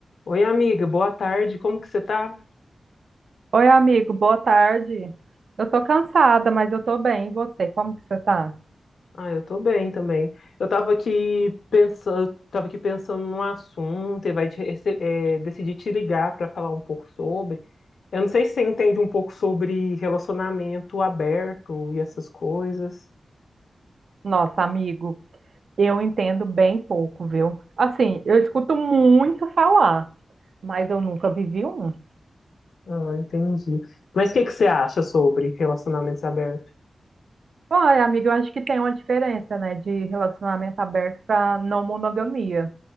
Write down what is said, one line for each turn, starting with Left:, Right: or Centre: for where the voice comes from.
Left: Oi, amiga, boa tarde. Como que você tá?
Right: Oi, amigo, boa tarde. Eu tô cansada, mas eu tô bem. E você, como que você tá?
Left: Ah, eu tô bem também. Eu tava aqui pensando, tava aqui pensando num assunto e vai te, rece- é, decidi te ligar para falar um pouco sobre. Eu não sei se você entende um pouco sobre relacionamento aberto e essas coisas.
Right: Nossa, amigo, eu entendo bem pouco, viu? Assim, eu escuto muito falar, mas eu nunca vivi um.
Left: Ah, entendi. Mas o que que você acha sobre relacionamentos abertos?
Right: Olha, amiga, eu acho que tem uma diferença, né, de relacionamento aberto para não monogamia.